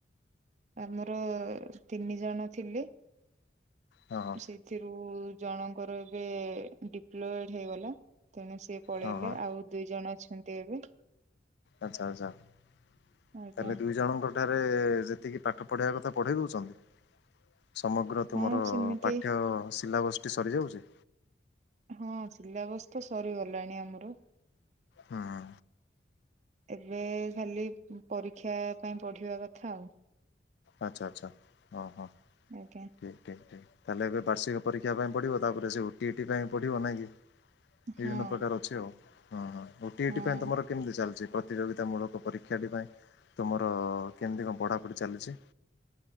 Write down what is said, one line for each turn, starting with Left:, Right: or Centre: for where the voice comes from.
Right: ଆମର ତିନି ଜଣ ଥିଲେ।
Left: ହଁ।
Right: ସେଥିରୁ ଜଣଙ୍କର ଏବେ ଡିପ୍ଲୋଏଡ ହେଇଗଲା। ତେଣୁ ସେ ସେ ପଳେଇଲେ
Left: ହଁ ହଁ
Right: ଆଉ ଦୁଇ ଜଣ ଅଛନ୍ତି ଏବେ।
Left: ଆଚ୍ଛା ଆଚ୍ଛା। ତାହେଲେ
Right: ଆଜ୍ଞା
Left: ଦୁଇ ଜଣଙ୍କର ସେଠାରେ ଯେତିକି ପାଠ ପଢେଇବା କଥା ପଢେଇ ଦଉଛନ୍ତି? ସମଗ୍ର ତୁମର
Right: ହଁ ସେମିତି
Left: ପାଠ୍ୟ ସିଲାବସ ଟି ସରିଯାଉଚି?
Right: ହଁ ସିଲାବସ ତ ସରିଗଲାଣି ଆମର।
Left: ହଁ।
Right: ଏବେ ଖାଲି ପରୀକ୍ଷା ପାଇଁ ପଢିବା କଥା ଆଉ।
Left: ଆଚ୍ଛା ଆଚ୍ଛା। ହଁ ହଁ।
Right: <unintelligible>
Left: ଠିକ୍ ଠିକ୍ ଠିକ୍। ତାହେଲେ ଏବେ ବାର୍ଷିକ ପରୀକ୍ଷା ପାଇଁ ପଢିବ, ତାପରେ ସେ ଓଟିଇଟି ପାଇଁ ପଢ଼ିବ ନାହିଁ କି। ବିଭିନ୍ନ
Right: ହଁ।
Left: ପ୍ରକାର ଅଛି ଆଉ। ହଁ ହଁ ଓଟିଇଟି
Right: ହଁ
Left: ପାଇଁ ତମର କେମିତି ଚାଲିଛି ପ୍ରତିଯୋଗିତା ମୂଳକ ପରୀକ୍ଷାଟି ପାଇଁ ତୁମର କେମିତି କଣ ପଢ଼ାପଢ଼ି ଚାଲିଛି?